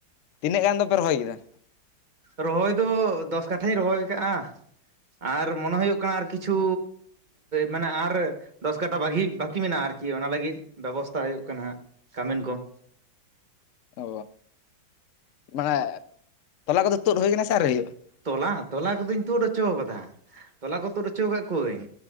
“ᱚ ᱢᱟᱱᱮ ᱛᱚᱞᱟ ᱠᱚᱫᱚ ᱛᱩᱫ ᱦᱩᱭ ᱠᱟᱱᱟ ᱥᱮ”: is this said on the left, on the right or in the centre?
Left